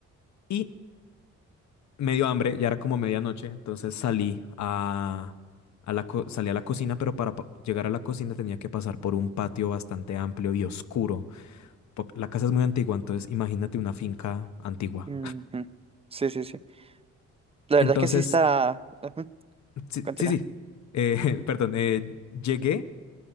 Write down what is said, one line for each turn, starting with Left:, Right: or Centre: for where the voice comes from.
Left: Y me dio hambre, ya era como medianoche, entonces salí a, a la, co- salí a la cocina, pero para pa- llegar a la cocina tenía que pasar por un patio bastante amplio y oscuro. po- La casa es muy antigua, entonces imagínate una finca antigua.
Right: Ujú. Sí, sí, sí. La
Left: Entonces,
Right: verdad es que sí está... ujú,
Left: sí,
Right: Continúa.
Left: sí, sí. eh, <laughs> perdón, eh, llegué.